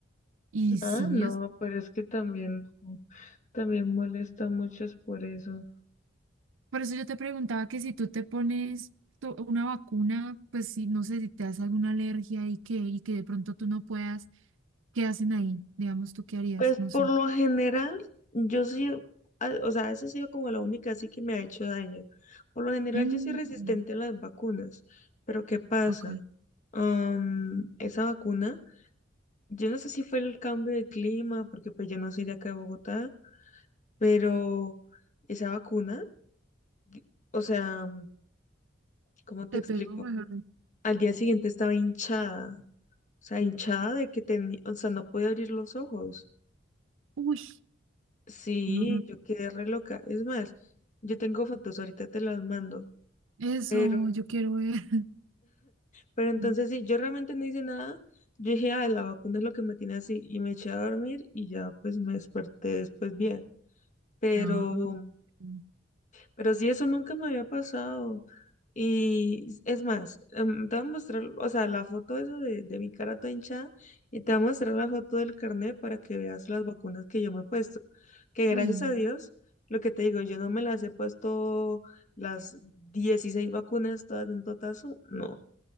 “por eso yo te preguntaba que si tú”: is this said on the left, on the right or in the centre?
Right